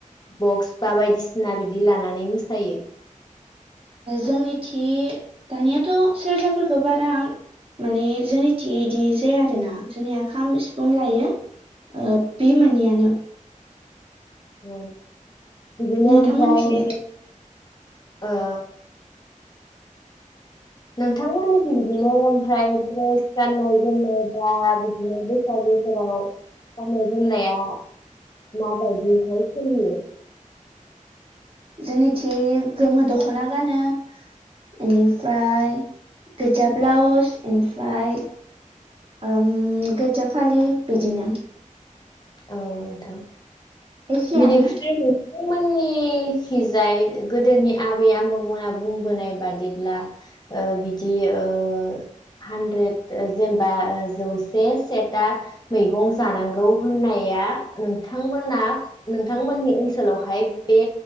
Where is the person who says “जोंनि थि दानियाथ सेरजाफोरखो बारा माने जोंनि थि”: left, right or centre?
Right